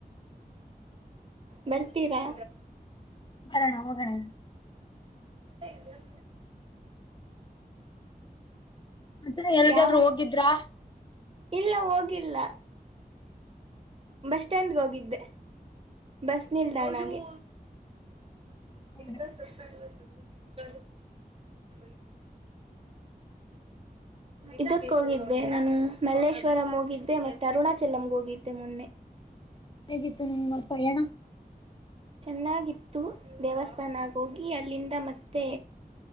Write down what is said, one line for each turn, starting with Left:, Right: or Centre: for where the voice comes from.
Right: ಬರ್ತೀರಾ
Left: ಬರೋಣ ಹೋಗಣ
Right: ಊ <unintelligible>
Left: ಮತ್ತ ಎಲ್ಗಾದ್ೂ
Right: ಯಾವ
Left: ಹೋಗಿದ್ರಾ
Right: ಇಲ್ಲ ಹೋಗಿಲ್ಲ ಬಸ್ ಸ್ಟ್ಯಾಂಡ್ಗೆ ಹೋಗಿದ್ದೆ ಬಸ್ ನಿಲ್ದಾಣಗೆ
Left: ಹೌದಾ
Right: ರಜ ಹೋಗಲ ಇಳ್ಳ ಇದ ಹೋಗ <unintelligible> ನಾನು ಮಲ್ಲೇಶ್ವರಂ ಹೋಗಿದ್ದೆ ಮತ್ತೆ ಅರುಣಾಚಲಂಗೆ ಹೋಗಿದ್ದೆ ಮೊನ್ನೆ
Left: ಇದು ನಿಮ್ಮ ಪಯಣ
Right: ಚೆನ್ನಾಗಿತ್ತು ದೇವಸ್ಥಾನಕ್ಕೆ ಹೋಗಿ ಅಲ್ಲಿಂದ ಮತ್ತೆ